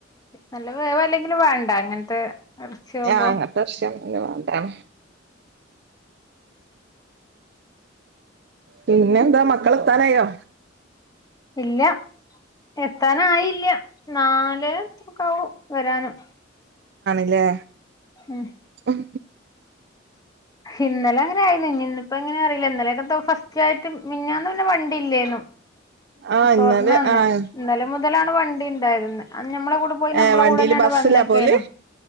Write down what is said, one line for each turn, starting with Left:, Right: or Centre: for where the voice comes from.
Left: നല്ല വേവല്ലെങ്കിലും വേണ്ട ഇറച്ചിയാവുമ്പോ
Right: അങ്ങത്തെ ഇറച്ചി ആവുമ്പോ ത്തം പിന്നെ എന്താ മക്കളെത്താനായോ
Left: ഇല്ല എത്താനായില്ല നാല് ഒക്കെയാവും വരാനും
Right: അല്ലേ
Left: ഉം
Right: ഉം
Left: ഇന്നലെ അങ്ങനെ ആയിരുന്നു ഇനിഇന്നിപ്പോ എങ്ങനെ അറിയില്ല ഇന്നലൊക്കെ ഫസ്റ്റ് ആയിട്ട് മിഞ്ഞാന്ന് പിന്നെ വണ്ടി ഇല്ലേന്നും
Right: ആഹ് ഇന്നാല്
Left: തൊറന്നന്നെ
Right: ആഹ്
Left: ഇന്നലെ മുതലാണ് വണ്ടി ഉണ്ടായിരുന്നു നമ്മളെ കൂടെ പോയി നമ്മളെ
Right: ഏഹ് വണ്ടിയില്
Left: കൂടെന്നാണ്
Right: ബസ്സിലാ
Left: വന്നയ്ക്കാനു
Right: പോവല്